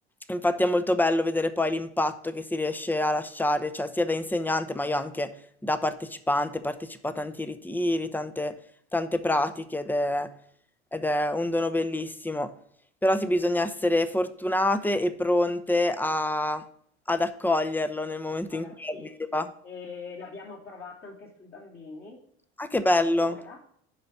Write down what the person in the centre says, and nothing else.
infatti è molto bello vedere poi l'impatto che si riesce a lasciare, cioè sia da insegnante, ma io anche da partecipante, partecipo a tanti ritiri, tante, tante pratiche ed è, ed è un dono bellissimo. Però sì, bisogna essere fortunate e pronte a- ad accoglierlo nel momento
in cui
arriva.
Ah, che bello!